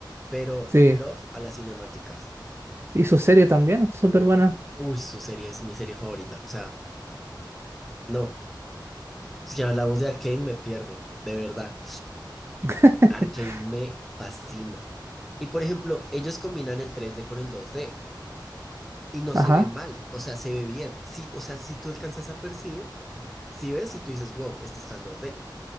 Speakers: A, in the centre; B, on the right.
A: pero
B: Sí,
A: love a las cinemáticas.
B: y su serie también, súper buena.
A: Uy, su serie es mi serie favorita. O sea, no. Si hablamos de Arcane, me pierden, de verdad.
B: <laughs>
A: Arcane me fascina. Y por ejemplo, ellos combinan el tres d con el dos d y no
B: Ajá,
A: se ve mal, o sea, se ve bien. Sí, o sea, si tú alcanzas a percibir, si ves y tú dices, wow, esto está en dos d